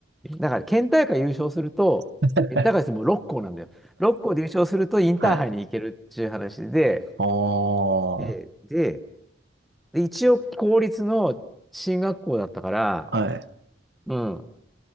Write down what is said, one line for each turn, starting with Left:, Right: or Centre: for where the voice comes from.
Centre: だから、県大会優勝すると、
Right: <laughs>
Centre: 県大会ってもう6校なんだよ。6校で優勝するとインターハイに行けるっていう話で、
Right: はい。ああ、は
Centre: で、で、で一応公立の進学校だったから、
Right: い。
Centre: うん。